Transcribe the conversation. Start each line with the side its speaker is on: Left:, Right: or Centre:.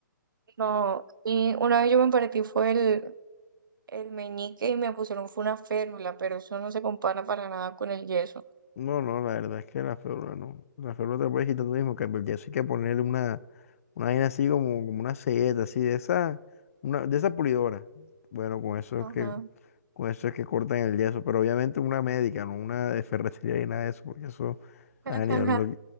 Right: No, y una vez yo me partí fue el, el meñique y me pusieron fue una férula, pero eso no se compara para nada con el yeso.
Left: No, no, la verdad es que la férula no. La férula te la puedes quitar tú mismo, que el yeso hay que ponerle una, una vaina así como, como una selleta, así de esa, una, de esa pulidora. Bueno, con eso
Right: Ajá.
Left: es que, con eso es que cortan el yeso, pero obviamente una médica, no una de ferretería y nada de eso, porque eso
Right: <laughs>
Left: ah, ni lo,